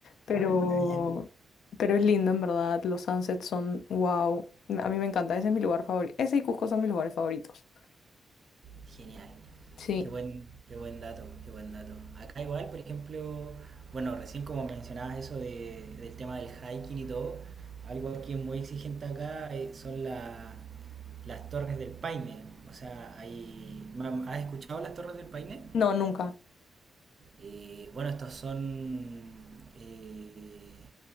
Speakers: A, on the left; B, on the right.
A: pero,
B: Ya.
A: pero es lindo, en verdad. Los sunsets son wow. A mí me encanta, ese es mi lugar favorito. Ese y Cusco son mis lugares favoritos.
B: Genial.
A: Sí,
B: Qué buen, qué buen dato, qué buen dato. Acá igual, por ejemplo, bueno, recién como mencionabas eso de- del tema del hiking y todo, algo que es muy exigente acá eh, son la- las torres del Paine. O sea, hay, mam, ¿has escuchado las torres del Paine?
A: no, nunca.
B: Eh, bueno, estos son, eh,